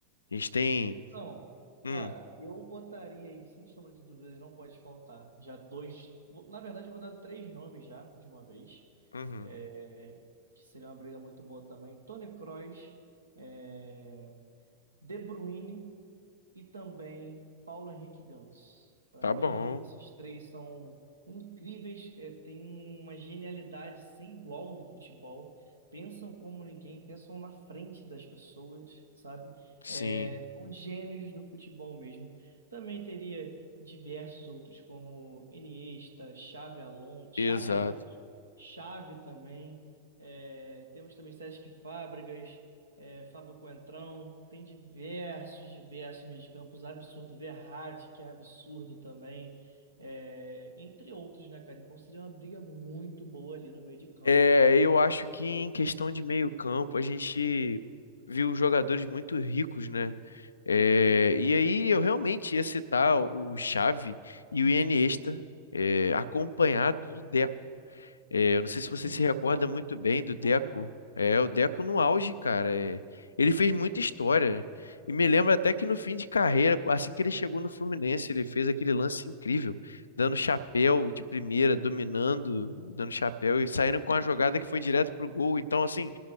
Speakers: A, on the left (about 75°); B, on the right (about 75°).
A: A gente tem.
B: Então,
A: Hum,
B: cara, eu botaria aí, sem sombra de dúvidas, não pode faltar. Já dois. vou- Na verdade, eu vou dar três nomes já, de uma vez.
A: uhum.
B: É, que seria uma briga muito boa também. Toni Kroos, é, De Bruyne e também Paulo Henrique Ganso. Para
A: Tá
B: mim,
A: bom.
B: esses três são incríveis, é, têm uma genialidade sem igual no futebol. Pensam como ninguém, pensam na frente das pessoas, sabe?
A: Sim,
B: É, são gênios do futebol mesmo. Também teria diversos outros, como Iniesta, Xavi Alonso, Xabi
A: exato.
B: Alonso, Xavi também. É, temos também Sesc Fábregas, é, Fábio Coentrão, tem diversos, diversos mediacampos absurdo Verratti, que é absurdo também, é, entre outros, né, cara? Então seria uma briga muito boa ali no meio de campo.
A: É, eu acho que em questão de meio campo a gente viu jogadores muito ricos, né? É, e aí eu realmente ia citar o Xavi e o Iniesta, é, acompanhado do Deco. É, eu não sei se você
B: Muito
A: se recorda
B: bom,
A: muito bem
B: muito
A: do
B: bom,
A: Deco.
B: Deco.
A: É, o Deco no auge, cara. é, ele fez muita história. né? E me lembro até que no fim de carreira, assim que ele chegou no Fluminense, ele fez aquele lance incrível, dando chapéu de primeira, dominando, dando chapéu e saindo com a jogada
B: Sim,
A: que foi direto
B: sim.
A: pro gol. Então, assim,